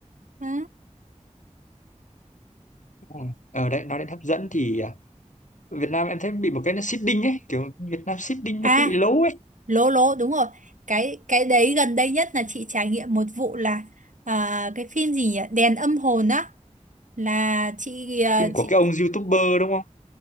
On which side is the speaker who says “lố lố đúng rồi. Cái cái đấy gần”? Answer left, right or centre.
Right